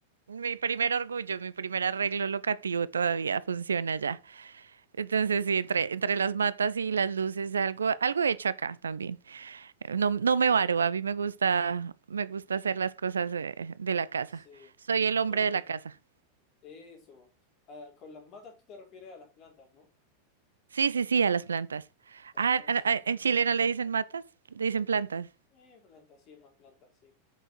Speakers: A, on the right; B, on the left.
A: mi primer orgullo, mi primer arreglo locativo todavía funciona ya. Entonces sí, entre, entre las matas y las luces, algo, algo he hecho acá también. Eh, No, no
B: Eso,
A: me varo, a mí me gusta, me gusta hacer las cosas eh, de la casa.
B: sí.
A: Soy el hombre
B: No,
A: de
B: eh,
A: la casa.
B: Eso. Ah, con las matas tú te refieres a las plantas, ¿no?
A: Sí, sí, sí, a las plantas.
B: Ah,
A: Ah, ah,
B: sí.
A: ah, en Chile no le dicen matas, le dicen plantas.
B: Eh, plantas, sí, es más plantas, sí.